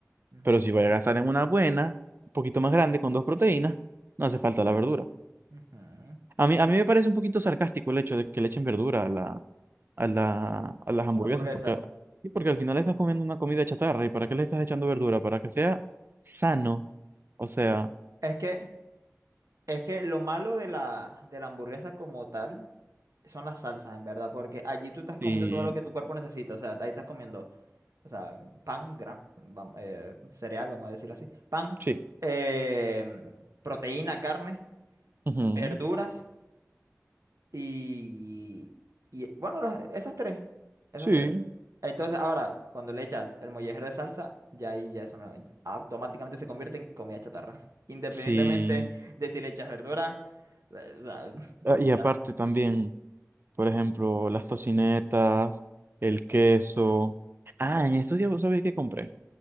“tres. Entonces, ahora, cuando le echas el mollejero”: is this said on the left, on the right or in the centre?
Right